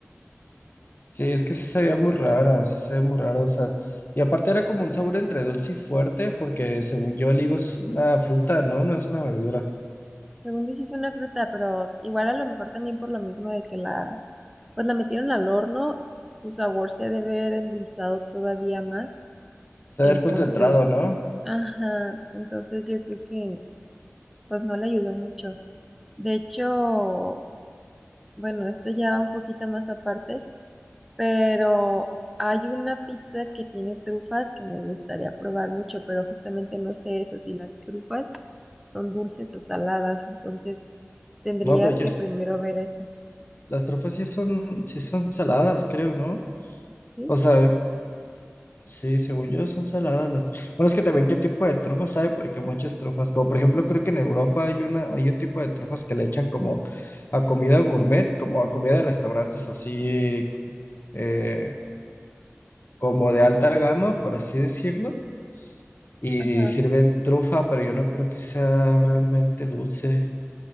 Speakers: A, on the left; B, in the centre.
A: sí, es que sí sabía muy rara, sí sabía muy raro. O sea, y aparte era como un sabor entre dulce y fuerte, porque según yo el higo es una fruta, ¿no? No es una verdura.
B: Según yo sí es una fruta, pero igual a lo mejor también por lo mismo de que la, pues la metieron al horno, s- su sabor se ha de ver endulzado todavía más.
A: Saber
B: Entonces,
A: concentrado, ¿no?
B: ajá, entonces yo creo que pues no le ayudó mucho. De hecho, bueno, esto ya va un poquito más aparte. Pero hay una pizza que tiene trufas que me gustaría probar mucho, pero justamente no sé eso, si las trufas son dulces o saladas, entonces tendría
A: No, pero yo,
B: que primero ver eso,
A: las trufas sí son, sí son saladas, creo, ¿no?
B: ¿sí?
A: O sea, Sí, según yo son saladas las... Bueno, es que también qué tipo de trufas hay, porque muchas trufas, como por ejemplo creo que en Europa hay una, hay un tipo de trufas que le echan como a comida gourmet, como a comida de restaurantes así, eh, como de alta gama, por así decirlo, y
B: Ajá.
A: sirven trufa, pero yo no creo que sea realmente dulce.